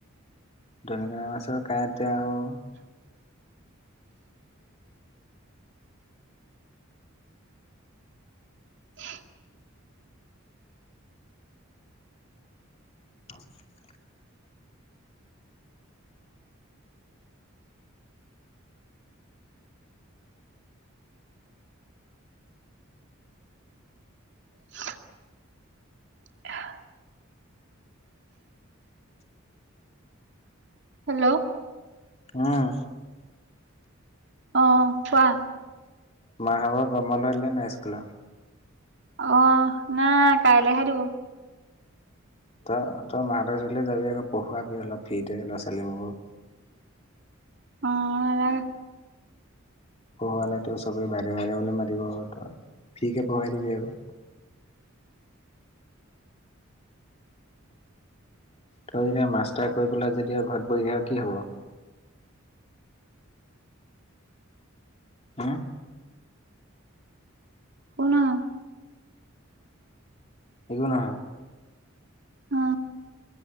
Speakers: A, on the left; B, on the right.
A: দনিকণা মাছৰ কাঁইট আৰু
B: <unintelligible>
A: <unintelligible>
B: <inaudible> হেল্ল'
A: উম।
B: অ', কোৱা।
A: মা হব গম বন্ধ দিলে নাই স্কুলৰ?
B: অ নাই কাইলৈ হে দিব।
A: তই তই মাহতুললে যাবি আকৌ পঢ়োৱাবি অলপ ফ্ৰী থাকে ল'ৰা ছোৱালীবক।
B: অ', নালাগে।
A: পঢ়োৱাল তো চবেই বাইদেউ বাইদেউ বুলি মাতিব ঘ ত ফিকে পঢ়ুৱাই দিবি আকো। তই যেতিয়া মাষ্টাৰ কৰি পেলাই যদিও ঘৰত বহি থাক আৰু কি হব। হা।
B: শুনা
A: একো নহয়
B: অ